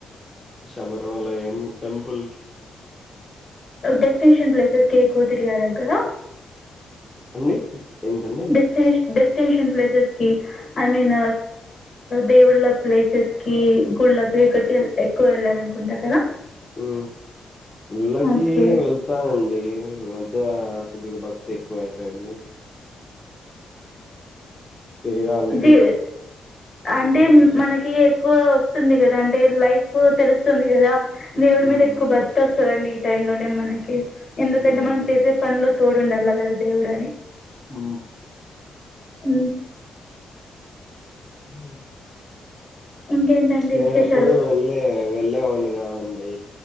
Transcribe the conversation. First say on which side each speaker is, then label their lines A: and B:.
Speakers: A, on the left; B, on the left.
A: షాబరమాల ని టెంపల్కి
B: డెస్టినేషన్ ప్లేసస్ కేకు తిరిగారగ
A: అండి ఏంటండి
B: destination destination places I mean దేవులా ప్లేసెస్ క సుళ్ళకి ఇక్కడికి ఎక్కువ వెళ్ల అను ఉంట
A: ఉ ఇళ్ళకి
B: ఓకే.
A: వెళ్తానండి. మధ్య పెద్ద కొద్దిగా భక్తి ఎక్కువ అయిపోయింది. తిరగాళ్ళకి
B: జీ అంటే
A: హ్మ్
B: మనకి ఎక్కువ వస్తుంది. కదా అంటే లైఫ్ తెలుస్తుంది కదా. దేవుడు
A: హ్మ్
B: మీదకు బత్త సలుండి ఈ టైమ్ లోనే మనకి ఎందుకంటే
A: హ్మ్
B: మనం చేసే పనులో తోడుండాల కదా దేవుడు అని
A: ఆ
B: అ
A: హ <inaudible>
B: ఇంకేంటండి
A: నేన
B: విశేషాలు?
A: ఎప్పుడు వెళ్ళి వెళ్ళేవాడిని కాదండి